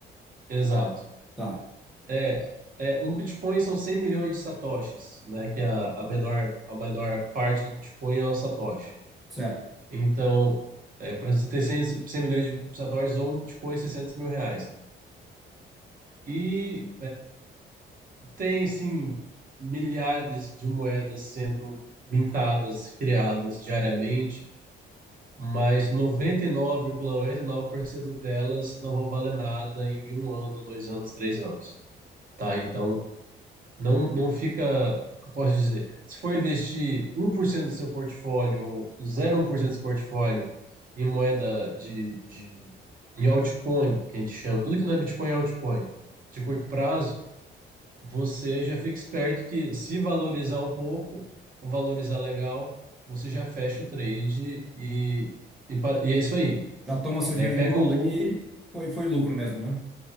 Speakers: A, on the right; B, in the centre.
A: Exato.
B: tá,
A: É, é, um Bitcoin são 100 milhões de satoshis, né? Que é a, a menor, a menor parte do Bitcoin é o satoshi.
B: certo.
A: Então, para você ter cem cem milhões de satoshis ou um Bitcoin, seiscentos mil reais. E tem, sim, milhares de moedas sendo mintadas, criadas diariamente mas noventa noventa e e nove nove vírgula noventa e nove por cento delas não vão valer nada em um ano, dois anos, três anos, tá? Então, não, não fica, o que eu posso dizer, se for investir um por cento do seu portfólio ou zero vírgula um por cento do seu portfólio em moeda de, de, em altcoin, que a gente chama, tudo que não é Bitcoin é altcoin, de curto prazo, você já fica esperto que se valorizar um pouco, ou valorizar legal, você já fecha o trade e, e, pa- e é isso aí.
B: Já toma seu
A: É,
B: dinheiro
A: pega
B: de volta
A: o lucro,
B: que foi, foi lucro mesmo, né?